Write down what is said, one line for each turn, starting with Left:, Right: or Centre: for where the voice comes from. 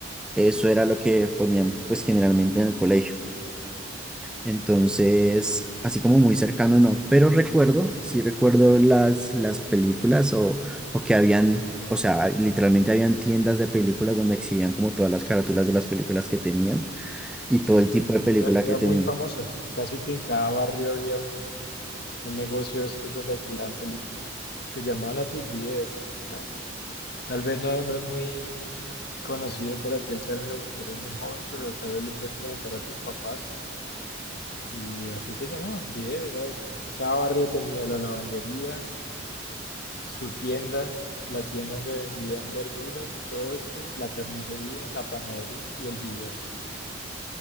Centre: Eso era lo que ponían pues generalmente en el colegio. Entonces, así como muy cercano no, pero recuerdo, sí recuerdo las, las películas o, o que habían, o sea, literalmente habían tiendas de películas donde exhibían como todas las carátulas de las películas que tenían
Left: sí,
Centre: y todo el tipo de película
Left: era, era
Centre: que tenían.
Left: muy famoso. Casi que en cada barrio había un, un negocio de estos donde alquilaban películas. Se llamaban así videos. ¿verdad? Tal vez no, no es muy conocido para ti el término porque eres muy joven, pero tal vez le puedes preguntar a tus papás. Y así se llamaba, video, ¿verdad? Cada barrio tenía la lavandería, su tienda, la tienda donde vendían verduras y todo esto, la carnicería, la panadería y el video.